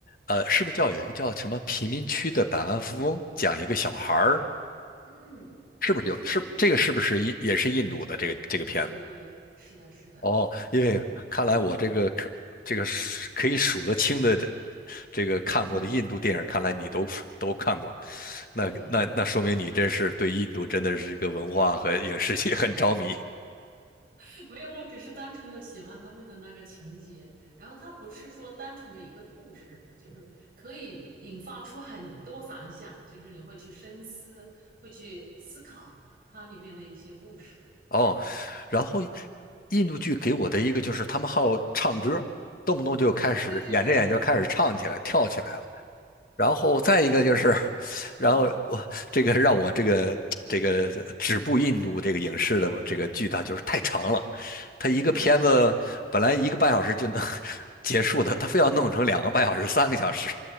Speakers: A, on the left; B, on the right.
A: 呃，是不是叫有一个叫什么贫民区的百万富翁，讲一个小孩儿，
B: 嗯，对，
A: 是不是有？
B: 这个也是一部，
A: 是这个是不是印也是印度的这个这个片子？
B: 对对对，是的，是的，
A: 哦，
B: 也是这样，
A: 因为看来我这个可这个数可以数得清的这这个看过的印度电影，
B: 嗯，
A: 看来你都都看过，那那那说明你真是对印度真的是一个文化和影视界很着迷
B: 对，<laughs> 没有，我只是单纯的喜欢他们的那个情节，然后它不是说单纯的一个故事吧，就是可以引发出很多反响，就是你会去深思，会去思考它里面的一些故事，
A: 哦。
B: 这样子。
A: 然后
B: 嗯，
A: 印度剧给我的一个就是他们好唱歌，
B: 你呢？
A: 动不动就开始演着演着就开始唱起来、
B: 哎，对对对，
A: 跳起来了。然后再一个就是，
B: 这就是他们，
A: 然后我这个让我这个这个止步印度这个影视的这个剧，
B: 啊
A: 它就是太长了，它一个片子本来一个半小时就能
B: 啊，是。
A: <laughs> 结束的，他非要弄成两个半小时、三个小时。